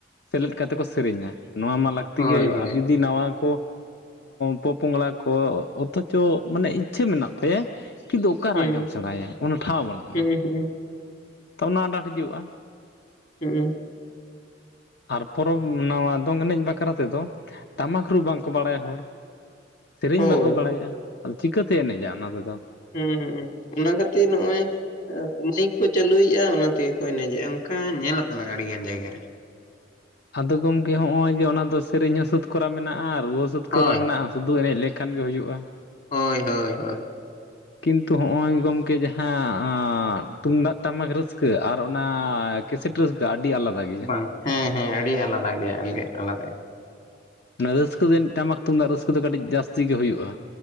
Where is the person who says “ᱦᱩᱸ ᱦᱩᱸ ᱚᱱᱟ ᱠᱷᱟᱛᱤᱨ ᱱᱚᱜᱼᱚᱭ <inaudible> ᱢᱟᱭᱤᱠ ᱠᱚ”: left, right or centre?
Left